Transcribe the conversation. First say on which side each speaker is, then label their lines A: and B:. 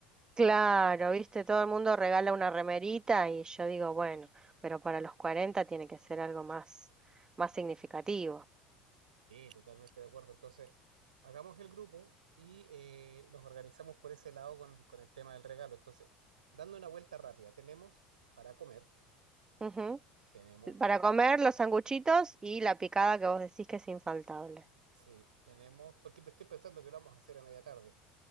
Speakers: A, on the right; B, on the right.
A: Claro, viste, todo el mundo regala una remerita y yo digo, bueno, pero para los 40 tiene que ser algo más, más significativo.
B: Sí, totalmente de acuerdo. Entonces, hagamos el grupo y eh, nos organizamos por ese lado con, con el tema del regalo. Entonces, dando una vuelta rápida, tenemos para comer,
A: Ujú.
B: tenemos,
A: Para comer los sanguchitos y la picada que vos decís que es infaltable.
B: sí, tenemos, porque estoy pensando que lo vamos a hacer a media tarde.